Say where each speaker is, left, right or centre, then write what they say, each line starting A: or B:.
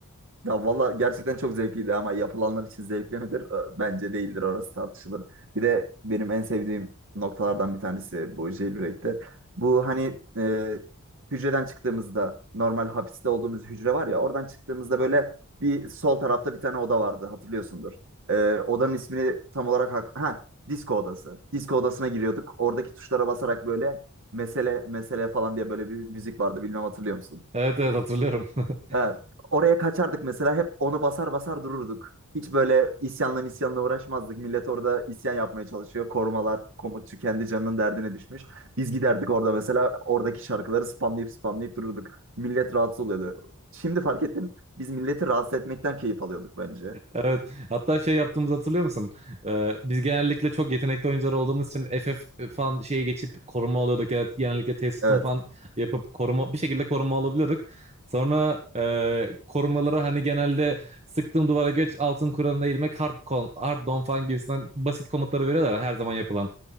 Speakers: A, on the right; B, on the right.
A: Ya valla gerçekten çok zevkliydi ama yapılanlar için zevkli midir? Ee, Bence değildir orası tartışılır. Bir de benim en sevdiğim noktalardan bir tanesi bu jailbreak'te. Bu hani e, hücreden çıktığımızda normal hapiste olduğumuz hücre var ya oradan çıktığımızda böyle bir sol tarafta bir tane oda vardı hatırlıyorsundur. Ee, odanın ismini tam olarak hak ha disco odası. Disco odasına giriyorduk. Oradaki tuşlara basarak böyle mesele mesele falan diye böyle bir müzik vardı. Bilmem hatırlıyor musun?
B: Evet evet hatırlıyorum. <laughs>
A: Ee, oraya kaçardık mesela hep onu basar basar dururduk. Hiç böyle isyanla isyanla uğraşmazdık. Millet orada isyan yapmaya çalışıyor. Korumalar, komutçu kendi canının derdine düşmüş. Biz giderdik orada mesela oradaki şarkıları spamlayıp spamlayıp dururduk. Millet rahatsız oluyordu. Şimdi fark ettim biz milleti rahatsız etmekten keyif alıyorduk bence.
B: Evet hatta şey yaptığımızı hatırlıyor musun? Ee, biz genellikle çok yetenekli oyuncular olduğumuz için FF falan şeye geçip koruma alıyorduk. Evet, genellikle T-System
A: Evet,
B: falan yapıp koruma bir şekilde koruma alabiliyorduk. Sonra e, korumaları hani genelde sıktığım duvara geç altın kuralına eğilmek hard, kon- hard don falan gibisinden basit komutları veriyorlar ya, her zaman yapılan.